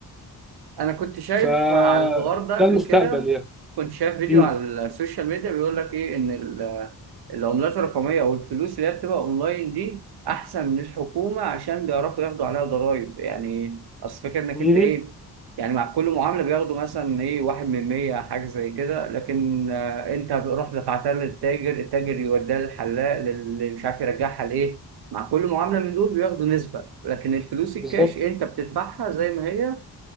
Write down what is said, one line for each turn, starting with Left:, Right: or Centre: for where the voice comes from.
Right: انا كنت شايف
Centre: فده
Right: على الحوار ده قبل
Centre: المستقبل
Right: كده
Centre: يعني
Right: كنت شايف فيديو
Centre: مم.
Right: على السوشيال ميديا بيقول لك ايه ان ال- العملات الرقميه او الفلوس اللي هي بتبقى اونلاين دي احسن من الحكومه عشان بيعرفوا ياخدوا عليها ضرائب يعني اصل فكره انك
Centre: مم.
Right: انت ايه يعني مع كل معامله بياخدوا مثلا ايه واحد من مية حاجه زي كده لكن آه، انت بتروح دفعتها للتاجر التاجر يوديها للحلاق اللي مش عارف يرجعها لايه مع كل معامله من دول بياخدوا نسبه لكن الفلوس الكاش
Centre: بالظبط
Right: انت بتدفعها زي ما هي